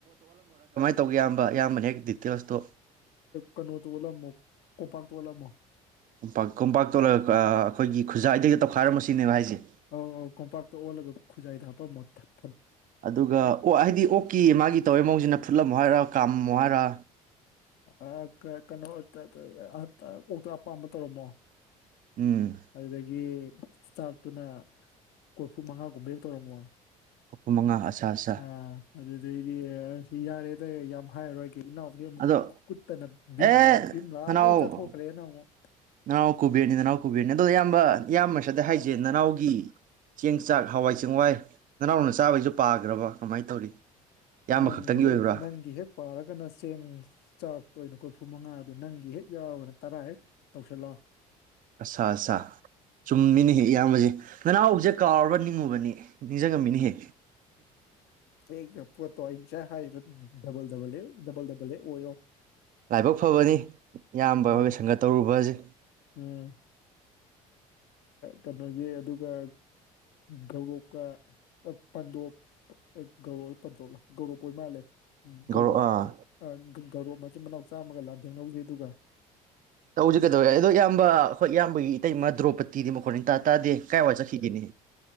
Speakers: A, on the right (about 50°); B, on the left (about 65°).
A: ꯇꯧ ꯏꯌꯥꯝꯕ ꯏꯌꯥꯝꯕꯅ ꯍꯦꯛ ꯗꯤꯇꯦꯜꯁꯇꯣ
B: ꯀꯩꯅꯣꯗꯣ ꯑꯣꯠꯂꯝꯃꯣ ꯀꯣꯝꯄꯥꯛꯇꯣ ꯑꯣꯠꯂꯝꯃꯣ
A: ꯀꯣꯝꯄꯥꯛ ꯀꯣꯝꯄꯥꯛ ꯇꯣꯠꯂꯒ ꯑ ꯑꯈꯣꯏꯒꯤ ꯈꯨꯖꯥꯏꯗꯩꯒ ꯇꯧꯈꯥꯏꯔꯝꯃꯣ ꯁꯤꯅꯦꯕ ꯍꯥꯏꯖꯦ
B: ꯑꯥꯎ ꯑꯥꯎ ꯀꯣꯝꯄꯥꯛꯇ ꯑꯣꯜꯂꯒ ꯈꯨꯖꯥꯏꯗ ꯍꯥꯞꯄꯝꯃꯣ ꯊꯠ
A: ꯑꯗꯨꯒ ꯑꯣ ꯍꯥꯏꯗꯤ ꯑꯣꯛꯀꯤ ꯃꯥꯒꯤ ꯇꯧꯕꯩ ꯃꯑꯣꯡꯖꯤꯅ ꯐꯨꯠꯂꯝꯃꯣ ꯍꯥꯏꯔꯥ ꯀꯥꯝꯃꯝꯃꯣ ꯍꯥꯏꯔꯥ
B: ꯑ ꯀꯩꯅꯣ ꯇ ꯇ ꯑ ꯑꯣꯛꯇꯣ ꯑꯄꯥꯝꯕ ꯇꯧꯔꯝꯃꯣ
A: ꯎꯝ
B: ꯑꯗꯨꯗꯒꯤ ꯆꯥꯛꯇꯨꯅ ꯀꯣꯔꯐꯨ ꯃꯉꯥꯒꯨꯝꯕ ꯍꯦꯛ ꯇꯧꯔꯝꯃꯣ
A: ꯀꯣꯔꯐꯨ ꯃꯉꯥ ꯑꯁꯥ ꯑꯁꯥ
B: ꯑꯥ ꯑꯗꯨꯗꯩꯗꯤ ꯁꯤ ꯌꯥꯔꯦꯗ ꯌꯥꯝ ꯍꯥꯏꯔꯔꯣꯏꯒꯦ ꯏꯅꯥꯎꯗꯤ ꯑꯃꯨꯛ
A: ꯑꯗꯣ
B: ꯀꯨꯠꯇꯅ
A: ꯑꯦ
B: ꯚꯤꯝꯅ ꯚꯤꯝ ꯂꯥꯛꯑꯒ
A: ꯅꯅꯥꯎ
B: ꯂꯣꯏ ꯆꯥꯊꯣꯛꯈ꯭ꯔꯦꯅ ꯑꯃꯨꯛ
A: ꯅꯅꯥꯎ ꯀꯨꯕꯦꯔꯅꯤ ꯅꯅꯥꯎ ꯀꯨꯕꯦꯔꯅꯤ ꯑꯗꯣ ꯏꯌꯥꯝꯕ ꯏꯌꯥꯝ ꯁꯤꯗ ꯍꯥꯏꯁꯦ ꯅꯅꯥꯎꯒꯤ ꯆꯦꯡ ꯆꯥꯛ ꯍꯋꯥꯏ ꯆꯦꯡꯋꯥꯏ ꯅꯅꯥꯎꯅ ꯆꯥꯕꯩꯁꯨ ꯄꯥꯈ꯭ꯔꯕ ꯀꯃꯥꯏꯅ ꯇꯧꯔꯤ ꯏꯌꯥꯝꯕ
B: ꯅꯪꯒꯤ
A: ꯈꯛꯇꯪꯒꯤ ꯑꯣꯏꯕ꯭ꯔꯥ
B: ꯍꯦꯛ ꯅꯪꯒꯤ ꯍꯦꯛ ꯄꯥꯔꯒꯅ ꯆꯦꯡ ꯆꯥꯛ ꯇꯣꯏꯅꯦ ꯀꯐꯨ ꯃꯉꯥꯗꯣ ꯅꯪꯒꯤ ꯍꯦꯛ ꯌꯥꯎꯔꯒꯅ ꯇꯔꯥ ꯍꯦꯛ ꯇꯧꯁꯤꯜꯂꯣ
A: ꯑꯆꯥ ꯑꯆꯥ ꯆꯨꯝꯃꯤꯅꯤ ꯍꯦ ꯏꯌꯥꯝꯕꯁꯦ ꯅꯅꯥꯎꯁꯦ ꯀꯥꯎꯔꯕ ꯅꯤꯡꯉꯨꯕꯅꯤ ꯅꯤꯡꯁꯤꯡꯉꯝꯃꯤꯅꯦꯍꯦ
B: ꯑꯩ ꯄꯣꯠꯇꯣ ꯑꯩ ꯍꯥꯏꯔꯤꯗꯣ ꯗꯕꯜ ꯗꯕꯜ ꯗꯕꯜ ꯗꯕꯜ ꯑꯣꯏꯌꯣ
A: ꯂꯥꯏꯕꯛ ꯐꯕꯅꯤ ꯏꯌꯥꯝꯕ
B: ꯑꯥ
A: ꯍꯣꯏꯒ ꯁꯪꯒ ꯇꯧꯔꯨꯕ ꯑꯁꯤ
B: ꯎꯝ ꯀꯩꯅꯣꯒꯤ ꯑꯗꯨꯒ ꯊꯧꯗꯣꯛ ꯀ ꯄꯥꯟꯗꯣꯞ ꯒꯧꯔꯣꯞꯂ ꯄꯟꯗꯣꯞꯂ ꯒꯧꯔꯣꯞ ꯑꯣꯏꯔ ꯃꯥꯜꯂꯦ ꯒꯧꯔꯣꯞ
A: ꯒꯧꯔ ꯑꯥ
B: ꯑ ꯀꯧꯔꯣꯞ ꯃꯆꯤꯟ ꯃꯅꯥꯎ ꯆꯥꯝꯃꯒ ꯂꯥꯟꯊꯦꯡꯅꯧꯖꯩ ꯑꯗꯨꯒ
A: ꯇꯧꯁꯤ ꯀꯩꯗꯧꯔꯒꯦ ꯑꯗꯣ ꯏꯌꯥꯝꯕ ꯑꯩꯈꯣꯏ ꯏꯌꯥꯝꯕꯒꯤ ꯏꯇꯩꯃ ꯗ꯭ꯔꯣꯄ ꯇꯤꯗꯤ ꯃꯈꯣꯟ ꯏꯇꯥ ꯇꯥꯗꯦ ꯀꯥꯏ ꯋꯥꯏꯗ ꯆꯠꯈꯤꯒꯦꯅꯦ